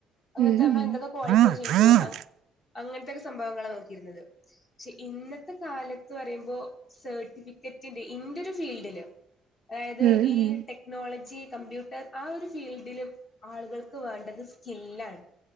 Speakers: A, on the left; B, on the right.
A: അങ്ങനത്തെ
B: ഉം ഉം
A: അമ്മ
B: ഉം
A: എന്തൊക്കെ ക്വാളിഫൈ ചെയ്തു.
B: ഉം
A: അങ്ങനത്തെക്കെ സംഭവങ്ങളാണ് നോക്കിയിരുന്നത്. പക്ഷെ ഇന്നത്തെ കാലത്ത് പറയുമ്പോ. സർട്ടിഫിക്കറ്റിന്റെ ഇന്റെ ഒരു ഫീൽഡില് അതായത്.
B: ഉം
A: ഈ
B: ഉം
A: ടെ ടെക്നോളജി കമ്പ്യൂട്ടർ ആ ഒരു ഫീൽഡിലും ആളുകൾക്ക് വേണ്ടത് സ്കില്ലാണ്.